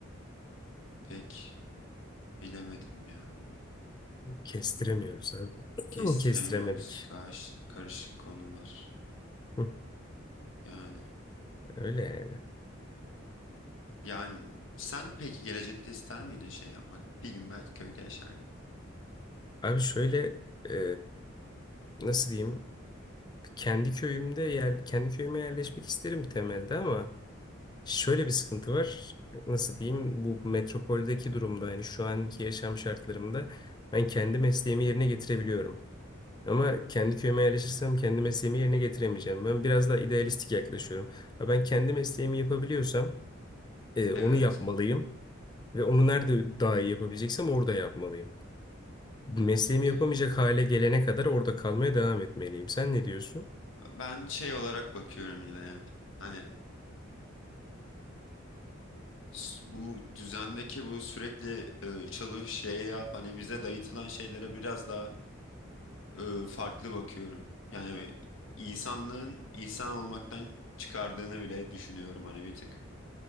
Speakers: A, on the left (about 70°); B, on the left (about 20°).
A: pek bilemedim ya.
B: Kestiremiyoruz abi.
A: Kestiremiyoruz
B: <clears throat> Kestiremedik.
A: karış, karışık konular.
B: Hı,
A: Yani
B: Öyle yani.
A: yani sen peki gelecekte ister miydin şey yapmak? Bir gün belki köyde yaşardın.
B: Abi şöyle e, nasıl diyeyim? Kendi köyümde yer, kendi köyüme yerleşmek isterim temelde ama Şöyle bir sıkıntı var. Nasıl diyeyim? Bu metropoldeki durumda yani şu anki yaşam şartlarımda ben kendi mesleğimi yerine getirebiliyorum. Ama kendi köyüme yerleşirsem kendi mesleğimi yerine getiremeyeceğim. Ben biraz daha idealistik yaklaşıyorum. Ha, Ben kendi mesleğimi yapabiliyorsam e, onu
A: Evet,
B: yapmalıyım. Ve onu nerede daha iyi yapabileceksem orada yapmalıyım. Mesleğimi
A: okey.
B: yapamayacak hale gelene kadar orada kalmaya devam etmeliyim. Sen ne diyorsun?
A: Ben şey olarak bakıyorum yine ya. Hani s- bu düzendeki bu sürekli e, çalış şey yap hani bize dayatılan şeylere biraz daha e, farklı bakıyorum. Yani insanlığın insan olmaktan çıkardığını bile düşünüyorum hani bir tık.